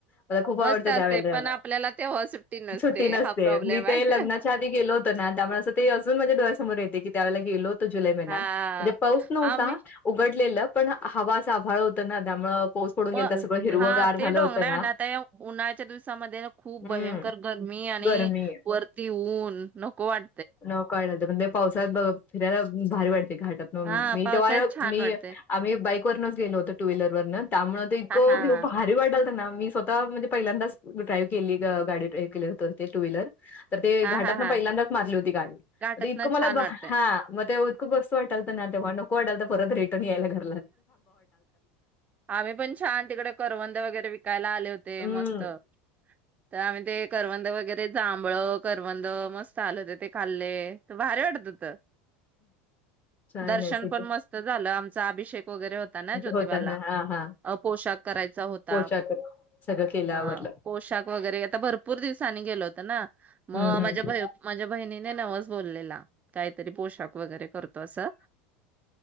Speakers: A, on the left (about 30°); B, on the right (about 25°).
A: मला खूप
B: मस्त
A: आवडतं
B: असते
A: त्यावेळेला
B: पण आपल्याला तेव्हा सुट्टी
A: <unintelligible> सुट्टी नसते
B: हा प्रॉब्लेम
A: मी
B: आहे.
A: ते लग्नाच्या आधी गेलो होतो ना त्यामुळे ते असून माझ्या डोळ्या स समोर येत की त्यावेळेला गेलो होत जुलै महिन्यात
B: हा
A: म्हणजे पाऊस नव्हता,
B: आम्ही
A: उघडलेलं पण हवा असं आभाळ होत ना त्यामुळं पाऊस पडून
B: म
A: गेलता सगळं हिरवगार
B: हा ते
A: झालं
B: डोंगरळ
A: होतं
B: ना आता उन्हाळ्याच्या दिवसामध्ये खूप
A: हम्म
B: भयंकर गरमी आणि
A: गरमी
B: वरती ऊन नको वाट
A: <unintelligible> ते म्हणतय पावसाळ्यात फिरायला भारी वाट ते घाटातून
B: हा
A: मी
B: पावसाळ्यात
A: तेव्हा
B: छान
A: मी
B: वाटते.
A: आम्ही बाईक वरनच गेलोतो टू व्हीलर वरच त्यामुळे ते इतकं
B: हा हा
A: व्हिव
B: हा
A: भारी वाटालत ना मी स्वतः म्हणजे पहिल्यांदाच ड्राईव्ह केली गाडी ड्राव केली होत ते टू व्हीलर तर ते
B: हा
A: घाटात
B: हा
A: ना
B: हा
A: पहिल्यांदा मारली होती गाडी
B: घाटात
A: इतकं
B: ना
A: मला
B: छान वाटतय.
A: हा मग ते खूप मस्त वाटालत ना तेव्हा नको वाटालत परत रिटर्न यायला घरी
B: आम्ही पण छान तिकडे करवंद वगैरे विक पिकायला आले होते
A: हम्म
B: मस्त तर आम्ही ते करवंद वगैरे जांभळ करवंद मस् <unintelligible> ते खाल्ले भारी वाटत होतं
A: छान
B: दर्शन
A: आहे
B: पण मस्त झालं आमचा अभिष वगैरे होता ना जोतिबाला
A: होता ना हा हा
B: अहो पोशाख करायचा होता
A: पोशाख सगळं केलं
B: हा
A: आवरलं
B: पोशाख वगैरे आता भरपूर दिस <unintelligible> गेलवतो ना. मग
A: हम्म
B: माझ्या
A: हम्म
B: बही माझ्या बहिणी नाही नवस बोललेला काहीतरी पोशाख वगैरे करतोय तसं